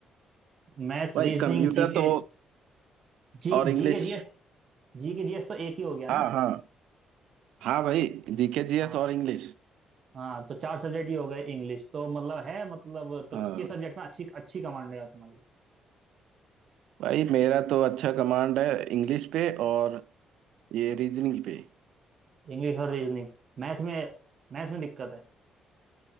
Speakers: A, on the right; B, on the right.
A: maths
B: भाई
A: reasoning
B: कंप्यूटर
A: GK
B: तो
A: G
B: और इंग्लिश
A: G के जीएस जी के जीएस तो एक ही हो गया
B: हाँ
A: ना
B: हाँ हाँ भाई जीके जीएस
A: हाँ,
B: और इंग्लिश
A: हाँ तो चार सब्जेक्ट ये हो गए इंग्लिश तो मतलब है मतलब तो
B: हाँ
A: किस सब्जेक्ट में अच्छी अच्छी कमांड है यार तुम्हारी
B: भाई मेरा तो अच्छा कमांड है इंग्लिश पे और ये रीजनिंग पे
A: इंग्लिश और रीजनिंग मैथ्स में मैथ्स में दिक्कत है